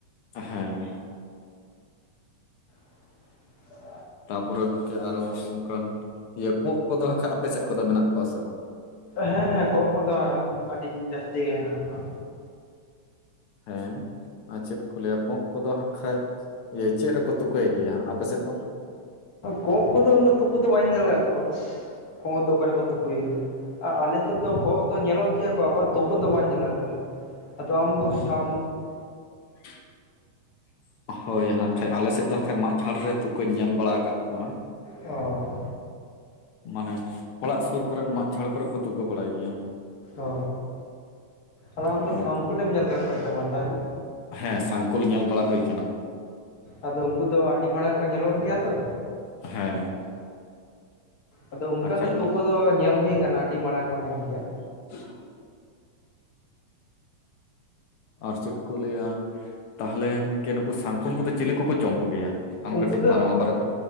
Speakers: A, on the left (about 70°); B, on the left (about 45°).
A: ᱦᱮᱸ
B: <unintelligible>
A: ᱛᱟᱯᱚᱨᱮ ᱜᱚᱝᱠᱮ ᱟᱨᱚ ᱚᱱᱠᱟᱱ ᱤᱭᱟᱹ ᱠᱚᱸᱜ ᱠᱚᱫᱚ ᱦᱟᱠᱷᱟᱱ ᱟᱯᱮ ᱥᱮᱫ ᱠᱚᱫᱚ ᱢᱮᱱᱟᱜ ᱠᱚᱣᱟ ᱥᱮ ᱵᱟᱝ?
B: ᱦᱮᱸ ᱦᱮᱸ ᱠᱚᱸᱜ ᱠᱚᱫᱚ ᱟᱹᱰᱤ ᱡᱟᱹᱥᱛᱤ ᱜᱮ ᱦᱮᱱᱟᱜ ᱠᱚᱣᱟ᱾
A: ᱦᱮᱸ ᱟᱨ ᱪᱮᱫ ᱠᱚ ᱞᱟᱹᱭᱟ ᱠᱚᱜ ᱠᱚᱫᱚ ᱦᱟᱸᱜᱠᱟᱡ ᱤᱭᱟᱹ ᱪᱮᱫ ᱨᱮᱠᱚ ᱛᱩᱠᱟᱹᱭ ᱜᱮᱭᱟ ᱟᱯᱮ ᱥᱮᱫ ᱫᱚ?
B: ᱠᱚᱸᱜ ᱠᱚᱫᱚ ᱩᱱᱟᱹᱜ ᱛᱩᱠᱟ. ᱫᱚ ᱵᱟᱹᱧ ᱧᱮᱞ ᱟᱠᱟᱫ ᱠᱚᱣᱟ ᱾ᱠᱚᱸᱜ ᱫᱚ ᱚᱠᱟ ᱨᱮᱠᱚ ᱛᱩᱠᱟ. ᱭ ᱜᱮᱭᱟ? ᱟᱞᱮ ᱥᱮᱫ ᱫᱚ ᱠᱚᱸᱜ ᱫᱚ ᱧᱮᱞᱚᱜ ᱜᱮᱭᱟ ᱠᱚ ᱟᱠᱳ ᱟᱜ ᱛᱩᱠᱟ. ᱫᱚ ᱵᱟᱝ ᱧᱮᱞ ᱟᱠᱟᱱ ᱟᱫᱚ ᱟᱢ ᱫᱚ ᱥᱟᱢ
A: <unintelligible> ᱦᱳᱭ ᱦᱟ ᱠᱷᱟᱡ ᱟᱞᱮ ᱥᱮᱫ ᱫᱚ ᱦᱟᱠᱟᱡ ᱢᱟᱫ ᱡᱷᱟᱲ ᱨᱮ ᱛᱩᱠᱟᱹᱧ ᱧᱮᱞ ᱵᱟᱲᱟ ᱟᱠᱟᱫ ᱠᱚᱣᱟ᱾
B: ᱚ
A: ᱢᱟᱱᱮ ᱚᱲᱟᱜ ᱥᱩᱨ ᱠᱚᱨᱮᱫ ᱢᱟᱫ ᱡᱷᱟᱲ ᱠᱚᱨᱮᱫ ᱠᱚ ᱛᱩᱠᱟᱹ ᱵᱟᱲᱟᱭ ᱜᱮᱭᱟ᱾
B: ᱚ ᱟᱫᱚ ᱟᱢᱫᱚ
A: ᱱᱚᱜᱼᱚ ᱱᱚᱝᱠᱟ
B: ᱥᱟᱢᱠᱩᱞᱮᱢ ᱧᱮᱞ ᱟᱠᱟᱫ ᱠᱚᱣᱟ ᱥᱮ ᱵᱟᱝ ᱛᱟᱦᱚᱞᱮ
A: ᱦᱮᱸ ᱥᱟᱝᱠᱩᱞ ᱧᱮᱞ ᱵᱟᱲᱟ ᱦᱩᱭ ᱟᱠᱟᱱᱟ᱾
B: ᱟᱫᱚ ᱩᱱᱠᱩ ᱫᱚ ᱟᱹᱰᱤ ᱢᱟᱲᱟᱝ ᱠᱚ ᱧᱮᱞᱚᱜ ᱜᱮᱭᱟ ᱛᱚ᱾
A: ᱦᱮᱸ
B: ᱟᱫᱚ ᱩᱱᱠᱩ
A: ᱟᱠᱷᱟᱡ
B: ᱟᱜ ᱫᱚ ᱛᱩᱠᱟᱹ ᱫᱚ ᱧᱮᱞ ᱦᱩᱭ ᱟᱠᱟᱱᱟ ᱟᱹᱰᱤ ᱢᱟᱲᱟᱝ ᱢᱟᱲᱟᱝ ᱜᱮᱭᱟ
A: <unintelligible> ᱟᱨ ᱪᱮᱫ ᱠᱚ ᱞᱟᱹᱭᱟ ᱛᱟᱦᱚᱞᱮ ᱜᱚᱝᱠᱮ ᱱᱩᱠᱩ ᱥᱟᱝᱠᱚᱞ ᱠᱚᱫᱚ ᱪᱤᱞᱤ ᱠᱚᱠᱚ ᱡᱚᱢ ᱠᱚᱜᱮᱭᱟ ᱟᱢ
B: ᱩᱱᱠᱩ
A: ᱠᱟᱹᱴᱤᱡ
B: ᱫᱚ
A: ᱢᱟ ᱱᱚᱣᱟ ᱵᱟᱨᱮ ᱛᱮ